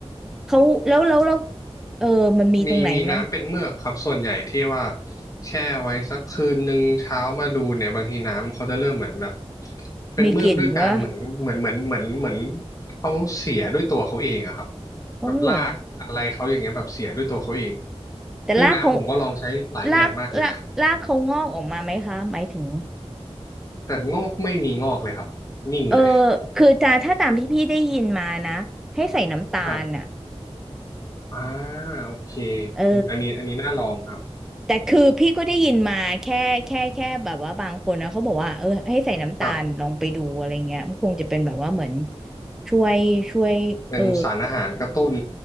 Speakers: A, in the centre; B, on the left.
A: เขาแล้วแล้วแล้วเออมันมีตรงไหนไหม
B: มีมีน้ำเป็นเมือกครับส่วนใหญ่ที่ว่าแช่ไว้สักคืนหนึ่งเช้ามาดูเนี่ยบางทีน้ำเขาจะเริ่มเหมือนแบบเป็นเมือกด้วยการเหมือนเหมือนเหมือนเหมือนเหมือน
A: มีกลิ่นวะ
B: เขาเสียด้วยตัวเขาเองอะครับ
A: อ๋อเหรอ
B: แบบลากอะไรเขาอย่างเงี้ยแบบเสียด้วยตัวเขาเอง
A: แต่รากเขา
B: ซึ่งน้ำผมก็ลองใช้หลายแบบมากเลย
A: รากรากรากเขางอกออกมาไหมคะหมายถึง
B: <laughs> แต่งอกไม่มีงอกเลยครับนิ่งเลย
A: เออคือจาถ้าตามที่พี่ได้ยินมานะให้ใส่น้ำตาลอ่ะ
B: ครับอ่าโอเค
A: เออ
B: อันนี้อันนี้น่าลองครับ
A: แต่คือพี่ก็ได้ยินมาแค่แค่แค่แบบว่าบางคนนะเขาบอกว่าเออให้ใส่น้ำตาลลองไปดูอะไรเงี้ยมันคงจะเป็นแบบว่าเหมือน
B: ครับ
A: ช่วยช่วยเออ
B: เป็นสารอาหารกระตุ้น